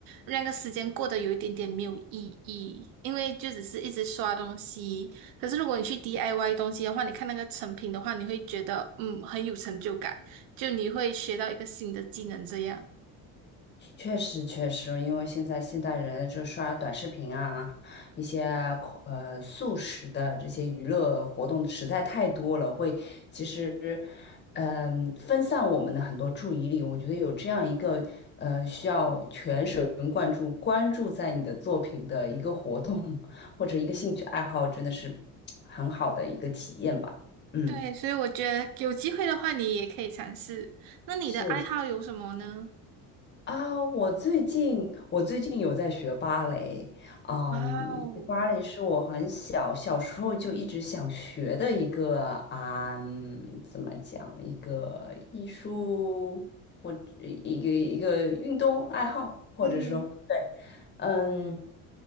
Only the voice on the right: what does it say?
那个时间过得有一点点没有意义，因为就只是一直刷东西。可是如果你去 DIY 东西的话，你看那个成品的话，你会觉得嗯很有成就感，就你会学到一个新的技能这样。
对，所以我觉得有机会的话，你也可以尝试。那你的爱好有什么呢？
哇哦，
嗯